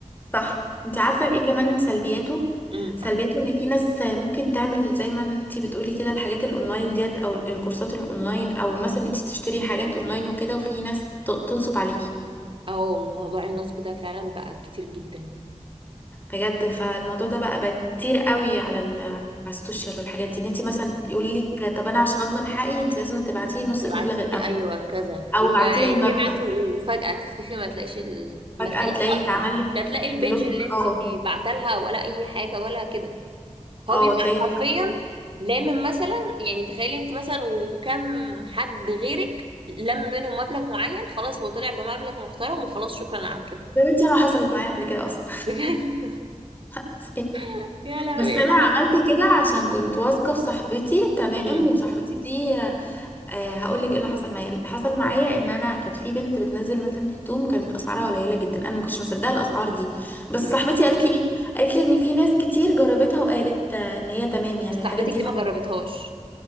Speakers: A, on the left (about 15°); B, on the right (about 45°).
A: صح انت عارفة ايه كمان سلبياته
B: امم
A: سلبياته ان في ناس ممكن تعمل زي ما انت بتقولي كده الحاجات الاونلاين ديت او الكورسات الاونلاين او مثلا انت تشتري حاجات اونلاين وكده وفي ناس ت- تنصب عليكي
B: اه موضوع النصب ده فعلا بقى كتير جدا
A: بجد فالموضوع ده بقى بقى كتير قوي على ال على السوشيال والحاجات دي ان انت مثلا يقول لك طب انا عشان اضمن حقي انت لازم تبعتي لي نص
B: تبعتي
A: المبلغ الاول
B: لي ايوه كذا
A: او
B: ويبعت
A: بعتي لي المبلغ
B: و- وفجأة تختفي ما تلاقيش ال... ما
A: فجأة
B: تلاقيش
A: تلاقي
B: اصلا
A: اتعمل لك
B: لا تلاقي البيج
A: بلوك
B: اللي انت
A: اه
B: بعتلها ولا اي حاجه ولا كده هو
A: اه
B: بيبقى
A: تلاقي
B: حرفيا
A: اتعمل لك
B: لامم مثلا يعني تخيلي انت مثلا وكم حد غيرك لم منهم مبلغ معين خلاص هو طلع بمبلغ محترم وخلاص شكرا على كده
A: يا بنتي انا حصلت معايا قبل كده اصلا
B: بجد
A: <laughs>
B: <laughs> يا لهوي
A: بس
B: ايه
A: انا
B: اللي
A: عملت
B: حصل
A: كده عشان كنت واثقه في صاحبتي تمام
B: امم
A: وصاحبتي دي أه هقول لك ايه اللي حصل معايا اللي حصل معايا ان انا كانت في بنت بتنزل مثلا هدوم كانت اسعارها قليله جدا انا ما كنتش مصدقه الاسعار دي بس
B: ماشي
A: صاحبتي قالت لي ايه قالت لي ان في ناس كتير جربتها وقالت آه، ان هي تمام يعني
B: بس صاحبتك
A: الحاجات دي
B: دي
A: فعلا
B: ما جربتهاش